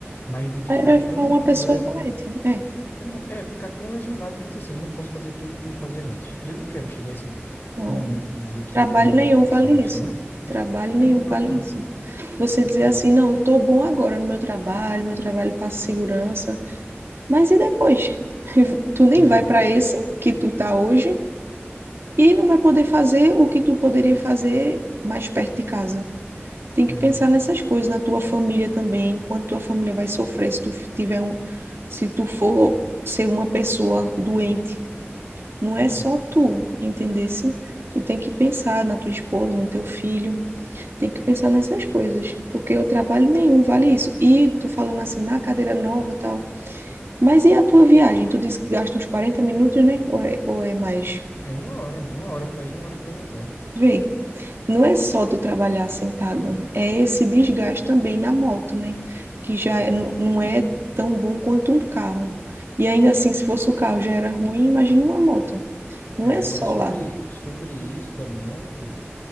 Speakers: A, on the left; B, on the right.
A: mas de ficar
B: Aí vai
A: tão
B: ficar uma pessoa
A: les...
B: doente. É.
A: não, é, ficar tão lesionado que diz assim, eu não posso fazer tudo como eu fazia antes. E eu não quero chegar a esse
B: Não.
A: momento de dizer que
B: Trabalho
A: eu tenho limitações,
B: nenhum vale isso.
A: sabe?
B: Trabalho
A: É,
B: nenhum
A: não vale
B: vale
A: não.
B: isso. Você
A: Exatamente.
B: dizer assim, não, eu tô bom agora no meu trabalho, meu trabalho passa segurança. Mas e depois? <laughs> Tu nem
A: Uhum,
B: vai para esse que tu tá hoje e não vai poder fazer o que tu poderia fazer mais perto de casa. tem que
A: uhum.
B: pensar nessas coisas, na tua família também, o quanto tua família vai sofrer se tu f- tiver um, se tu for ser uma pessoa doente. Não é só
A: É.
B: tu, entendesse? Tu tem que pensar na tua esposa, no teu filho, tem que pensar nessas coisas, porque o trabalho nenhum vale isso. E tu falando assim, na cadeira nova, tal. Mas e a tua viagem? Tu disse que gasta uns 40 minutos, né? Ou é, ou é mais?
A: É uma hora, uma hora para ir, uma hora para voltar.
B: Vê. Não é só tu trabalhar sentada, é esse desgaste também na moto, né? Que já
A: É.
B: é- não não é tão bom quanto um carro. E ainda assim, se fosse o carro já era ruim, imagina uma moto. Não
A: É,
B: é
A: agora
B: só
A: sobre,
B: lá.
A: sobre isso da moto,